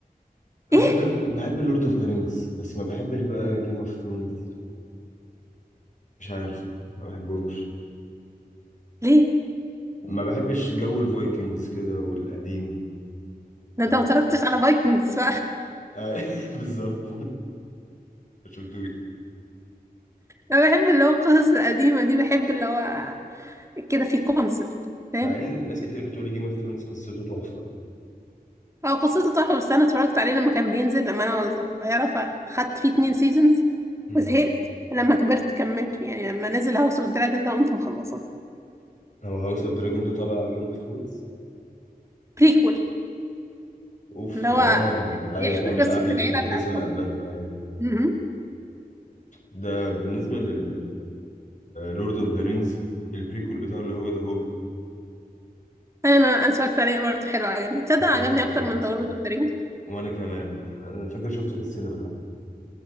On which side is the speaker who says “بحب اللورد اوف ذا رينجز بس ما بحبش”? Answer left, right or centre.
Left